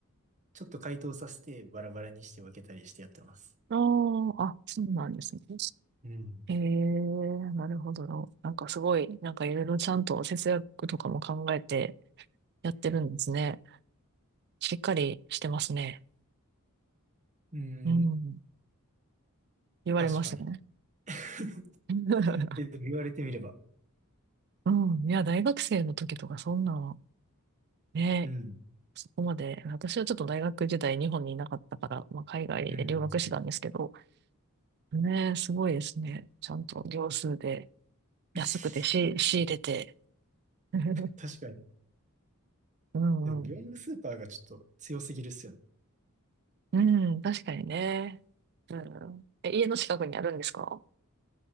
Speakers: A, on the right (about 35°); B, on the right (about 50°).
A: ちょっと解凍させてバラバラにして分けたりしてやってます。
B: ああー、あ、そうなんですね。
A: うん。
B: ええなるほどな。なんかすごい、なんかいろいろちゃんと節約とかも考えてやってるんですね。しっかりしてますね。
A: うん、
B: うん。言われますね。
A: 確かに。<laughs>
B: <laughs>
A: え、でも言われてみれば。
B: うん。いや、大学生の時とかそんな、ね、
A: うん。
B: そこまで、私はちょっと大学時代日本にいなかったから、まあ、海外で留学してたんですけど、
A: うん。うん
B: ね、すごいですね。ちゃんと行数で安くてし仕入れて。
A: <laughs>
B: <laughs>
A: 確かに。
B: うんうん。
A: でも業務スーパーがちょっと強すぎるっすよね。
B: うん、確かにね。うん。え、家の近くにあるんですか